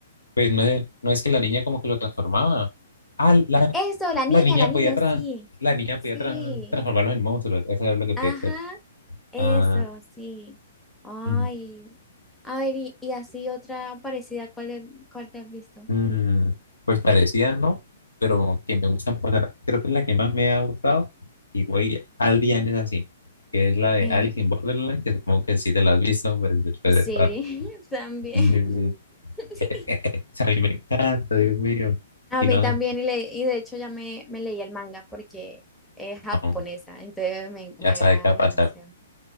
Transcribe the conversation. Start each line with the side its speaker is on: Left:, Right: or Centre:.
Left: Pues no es, no es que la niña como que lo transformaba. Ah, la,
Centre: Eso, la niña,
Left: la niña
Centre: la niña,
Left: podía, tra-
Centre: sí.
Left: la niña podía
Centre: Sí.
Left: tra- transformarlos en monstruos. Eso era lo que podía
Centre: Ajá,
Left: hacer.
Centre: eso,
Left: Ah,
Centre: sí. Ay.
Left: mm,
Centre: A ver, y, y así otra parecida, ¿cuál, cuál te has visto?
Left: mm, pues parecía, ¿no? Pero que me gustan, o sea, creo que es la que más me ha gustado. Y voy al bien es así, que es la de
Centre: Eh,
Left: Alice in Borderland, que supongo que sí te la has visto, pues después
Centre: sí,
Left: de todas.
Centre: <laughs> también.
Left: Y-
Centre: <laughs>
Left: eh, eh, a mí me encanta, Dios mío.
Centre: A
Left: Y
Centre: mí
Left: no,
Centre: también, y, le, y de hecho ya me, me leí el manga porque es japonesa,
Left: no,
Centre: entonces me, me
Left: ya
Centre: agrada
Left: sabe qué va a
Centre: demasiado.
Left: pasar.